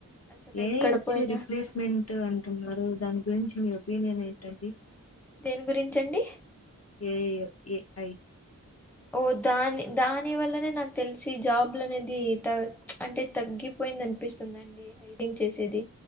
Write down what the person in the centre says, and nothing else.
అసలు
ఎక్కడ
పోయినా
దేని గురించండి
ఓ దాని దాని వల్లనే నాకు తెలిసి జాబ్లు అనేది త అంటే తగ్గిపోయింది అనిపిస్తుందండి చేసేది